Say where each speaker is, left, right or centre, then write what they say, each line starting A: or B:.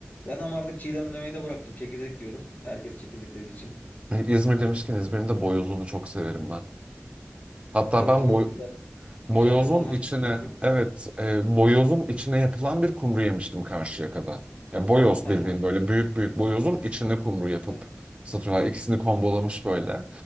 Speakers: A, on the left; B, on the right.
A: Ben ama artık Çiğdem demeyi de bıraktım. Çekirdek diyorum. Herkes çekirdek dediği için.
B: <laughs> İzmir demişken İzmir'in de boyozunu çok severim ben. Hatta
A: Evet
B: ben
A: onu
B: boy
A: güzel
B: Boyozun
A: güzel yapanlar
B: içine,
A: çok iyi yapıyor.
B: evet, e, boyozun içine yapılan bir kumru yemiştim Karşıyaka'da. Ya boyoz
A: Hı
B: bildiğin
A: hı,
B: böyle büyük büyük boyozun içine kumru yapıp
A: evet.
B: satıyorlar. İkisini kombolamış böyle.